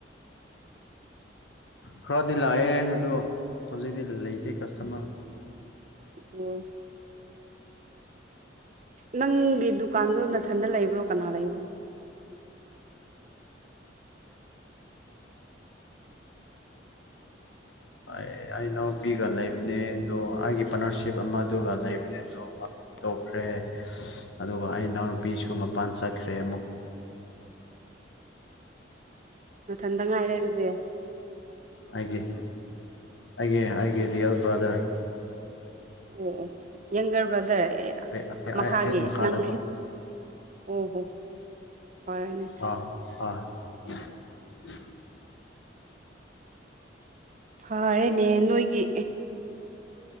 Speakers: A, on the left; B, on the right.
A: ꯈꯔꯗꯤ ꯂꯥꯛꯑꯦ ꯑꯗꯣ ꯁꯖꯗꯤ ꯂꯩꯇꯦ ꯀꯁꯇꯃ
B: ꯎꯝ ꯅꯪꯒꯤ ꯗꯨꯀꯥꯟꯗꯣ ꯅꯅꯥꯊꯟꯗ ꯂꯩꯕ꯭ꯔꯣ ꯀꯅꯥ ꯂꯩꯕ꯭ꯔꯣ
A: ꯏ ꯏꯅꯥꯎꯅꯨꯄꯤꯒ ꯂꯩꯕꯅꯦ ꯑꯗꯨ ꯑꯩꯒꯤ ꯄꯥꯔꯠꯅꯔꯁꯤꯞ ꯑꯃ ꯑꯗꯨꯒ ꯂꯩꯕꯅꯦ ꯑꯗꯨꯣ ꯇꯣꯛꯈ꯭ꯔꯦ ꯑꯗꯨꯒ ꯑꯩ ꯏꯅꯥꯎꯅꯨꯄꯤꯁꯨ ꯃꯄꯥꯟ ꯆꯠꯈ꯭ꯔꯦ ꯑꯃꯨꯛ
B: ꯑꯣ ꯑ ꯊꯗ ꯉꯥꯏꯔ ꯑꯗꯨꯗꯦ
A: ꯑꯩꯒꯤ ꯑꯩꯒꯤ ꯑꯩꯒꯤ ꯔꯤꯌꯦꯜ ꯕ꯭ꯔꯥꯗꯔ
B: ꯑꯣ ꯑꯣ ꯌꯪꯒꯔ ꯕ꯭ꯔꯥꯗꯔ
A: ꯑꯩ
B: ꯃꯈꯥꯒꯤ
A: ꯍꯦꯛ ꯃꯈꯥꯗꯀꯣ
B: ꯅꯪ ꯑꯣꯍꯣ ꯐꯔꯦꯅꯦ
A: ꯑꯥ <inaudible>
B: ꯐꯔꯦꯅꯦ ꯅꯣꯏꯒꯤ